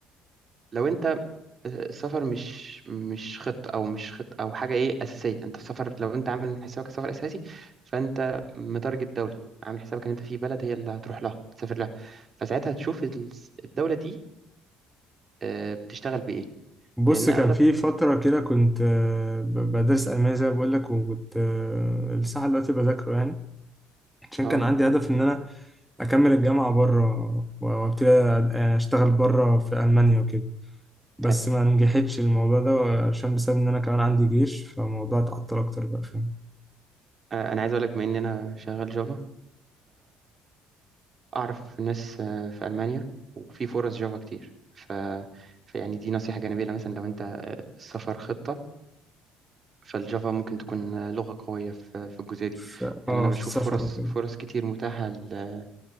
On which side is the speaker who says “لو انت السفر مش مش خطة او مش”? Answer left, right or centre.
Right